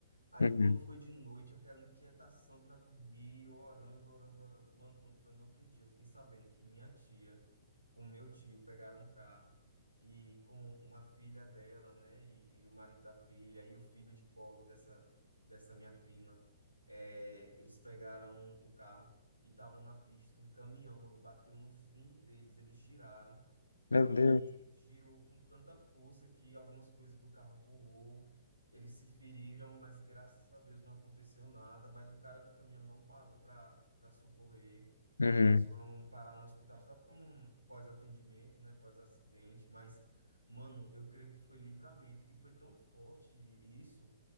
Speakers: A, on the left; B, on the left.
A: Aí
B: Uhum.
A: quando foi de noite, aquela inquietação para dormir, eu orando, orando, orando. Mano, quando foi no outro dia, eu fiquei sabendo que minha tia com meu tio, pegaram um carro e com uma filha dela, né, e, e o marido da filha e o filho de colo dessa dessa minha prima, é, eles pegaram o carro e estavam na pista, um caminhão, mano, bateu no fundo deles, eles giraram
B: Meu
A: e
B: Deus.
A: girou com tanta força que algumas coisas do carro voou, eles se feriram, mas graças a Deus não aconteceu nada, mas o cara do caminhão não parou para para socorrer.
B: Uhum.
A: Eles foram parar no hospital só para um pós-atendimento, né, pós-acidente, mas mano, eu creio que foi livramento e foi tão forte isso